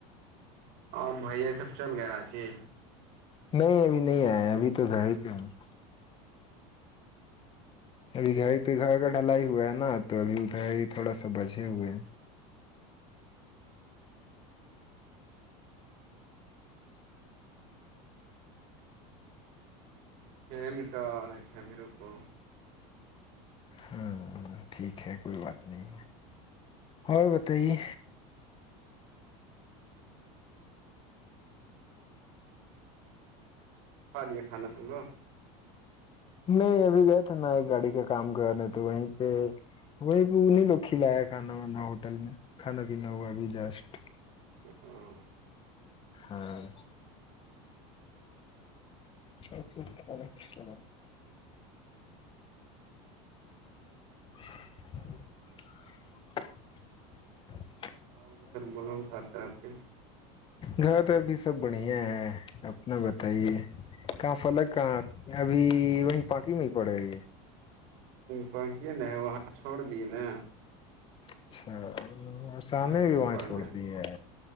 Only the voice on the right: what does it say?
اور بھیا یہ سب چل گیا راچی
<unintelligible> <inaudible>
چھ مٹ رہ چب ر کو
ہوں ہوں کھا لیییا کانا سن لو
ہاں
اور ادھر بولوں ہر طرف کے
ہوںکی نہ ہے وہاں چھڑ دی نا
اور
نہیں
گئے
پڑھنے